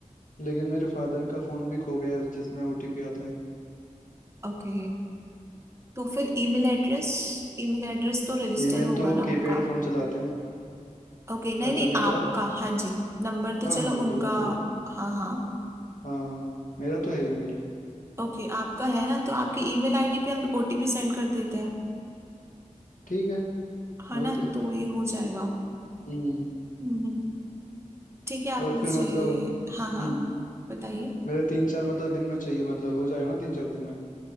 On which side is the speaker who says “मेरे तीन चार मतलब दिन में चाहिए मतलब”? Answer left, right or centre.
Left